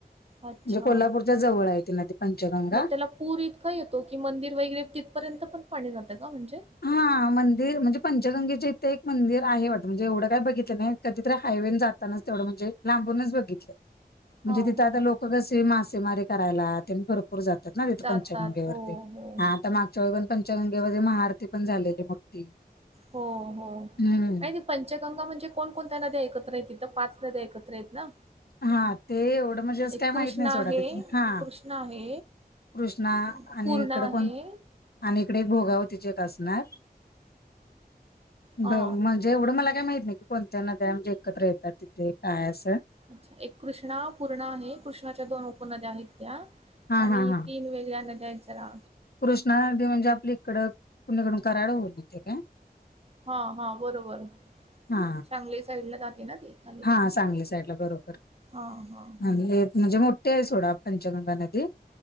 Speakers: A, on the right; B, on the left.
A: अच्छा.
B: म्हणजे कोल्हापूरच्या जवळ आहे ती नदी पंचगंगा
A: मग त्याला पूर इतका येतो की, मंदिर वगैरे तिथपर्यंत पण पाणी जातं का म्हणजे
B: हा.. मंदिर म्हणजे पंचगंगेच्या इथे एक मंदिर आहे वाटतं म्हणजे एवढं काय बघितलं नाही कधीतरी हायवेन जातानाच तेवढं म्हणजे लांबूनच बघितलं म्हणजे
A: हा
B: तिथं
A: हा.
B: आता लोकं कसे मासेमारी करायला तेन भर पूर जातात ना तिथ
A: जातात
B: पंचगंगेवरती
A: हो हो
B: हा आता मा <unintelligible> पंचगंगेमध्ये महाआरती पण झालेली मोठी
A: हो हो
B: हम्म
A: <unintelligible> पंचगंगा म्हणजे कोणकोणत्या नद्या एकत्र आहेत तिथं पाच नद्या एकत्र आहेत ना
B: हा ते एवढं म्हणजे असं
A: एक
B: काय
A: कृष्णा
B: माहित नाही सोडा
A: आहे
B: त्यातला हा
A: कृष्णा आहे
B: कृष्णा
A: एक
B: आणि
A: पूर्णा
B: इकड
A: आहे.
B: कोण- आणि इकडे भोगावतीचे एक असणार
A: हा.
B: बरं मग जे एवढं मला काय माहित नाही की कोणत्या नद्या म्हणजे एकत्र येतात तिथे काय असं
A: अच्छा एक कृष्णा, पूर्णा आहे कृष्णाच्या दोन उपनद्या आहेत त्या
B: हा
A: आणि
B: हा हा
A: तीन वेगळ्या नद्या आहेत जरा
B: कृष्णा नदी म्हणजे आपली इकडं कुणीकडून कराड वरून येते काय
A: हा हा बरोबर
B: हा
A: सांगली साईडन जाते ना ती खाली
B: हा चांगली साईडला बरोबर
A: हा हा
B: म्हणजे
A: हा.
B: आणि हे हितन म्हणजे मोठी ते ही सोडा पंचगंगा नदी